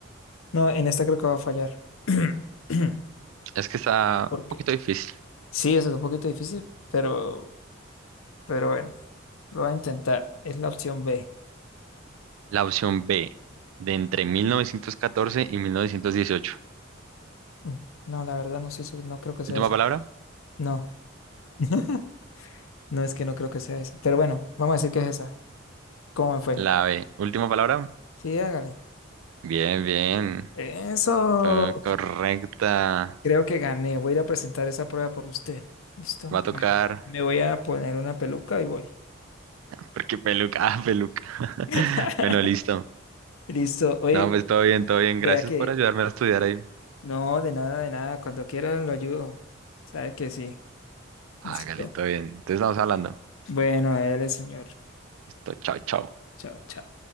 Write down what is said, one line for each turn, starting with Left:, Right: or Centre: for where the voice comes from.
Left: No, en esta creo que va a fallar. <clears throat>
Right: Es que está
Left: Porque
Right: un poquito difícil.
Left: sí, eso es un poquito difícil, pero, pero bueno, lo voy a intentar. Es la opción B.
Right: La opción B, de entre 1914 y 1918.
Left: Mm, No, la verdad no sé, si- no creo que sea
Right: Última
Left: esa.
Right: palabra.
Left: No, <laughs> no es que no creo que sea esa. Pero bueno, vamos a decir que es esa. ¿Cómo
Right: <laughs>
Left: me fue?
Right: La B, última palabra.
Left: Sí, hágale.
Right: Bien, bien.
Left: Eso,
Right: Fue correcta.
Left: creo que gané. Voy a ir a presentar esa prueba por usted. ¿Listo?
Right: Va a tocar.
Left: Me, me voy a poner una peluca y voy.
Right: Porque peluca, ah, peluca. <laughs>
Left: <laughs>
Right: Bueno, listo.
Left: Listo. Oye,
Right: No, pues todo bien, todo bien.
Left: vea
Right: Gracias
Left: que...
Right: por ayudarme a estudiar ahí.
Left: No, de nada, de nada. Cuando quiera lo ayudo. Sabe que sí.
Right: Hágale,
Left: Listo.
Right: todo bien. Entonces estamos hablando.
Left: Bueno, él, señor.
Right: Listo, chao, chao.
Left: Chao, chao.